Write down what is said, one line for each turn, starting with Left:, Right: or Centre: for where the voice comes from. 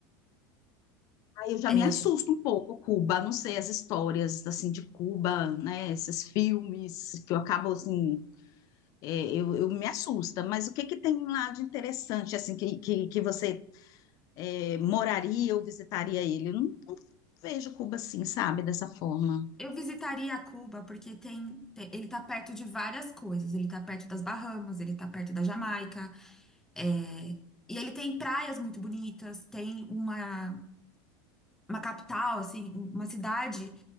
Left: Aí eu já
Centre: É,
Left: me assusto um pouco, Cuba, não sei, as histórias, assim, de Cuba, né, esses filmes que eu acabo, assim, é, eu, eu me assusta, mas o que que tem lá de interessante, assim, que, que, que você é, moraria ou visitaria ele? Eu não, não vejo Cuba assim, sabe, dessa forma.
Centre: eu visitaria Cuba porque tem, tem- ele tá perto de várias coisas. Ele tá perto das Bahamas, ele tá perto da Jamaica, é, e ele tem praias muito bonitas, tem uma uma capital, assim, uma cidade.